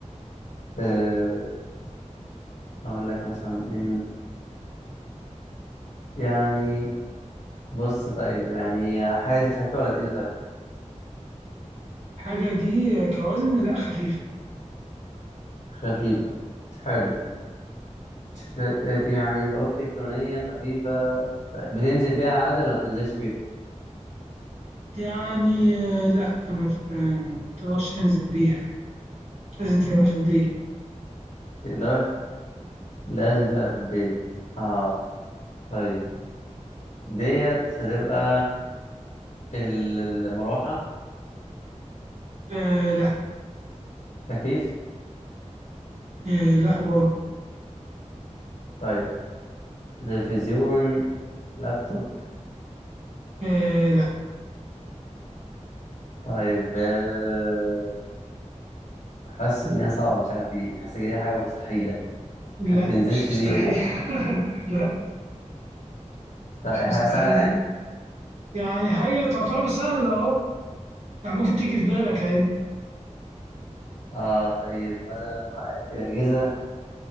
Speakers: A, on the left (about 75°); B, on the right (about 60°).
A: آه أقول لك مثلا إيه يعني بص طيب يعني حاجة دي خفيفة ولا تقيلة طيب
B: <laughs> حاجة دي كوزن لا خفيفة
A: خفيفة حلو مش يعني لو قلت تكتونية خفيفة طيب بتنزل بيها عادي ولا ما بتنزلش بيها؟
B: يعني آه، لا ما ت- آه، ما تقدرش تنزل بيها لازم تبقى في البيت
A: تقدر لازم تبقى في البيت اه طيب ديت هتبقى ال- المروحة
B: آه لا
A: تكييف
B: آه لا برضه
A: طيب تلفزيون لابتوب
B: آه لا
A: طيب آه، حاسس ان هي صعبة مش عارف ليه حاسس ان دي حاجة مستحيلة
B: لا
A: ما تنزلش
B: مش مستحيل
A: بيها
B: <laughs> لا
A: طيب
B: مش
A: حاجة
B: مستحيل
A: سهلة يعني
B: يعني حاجة تعتبر سهلة اهو يعني ممكن تيجي في بالك عادي
A: اه طيب مثلا أجهزة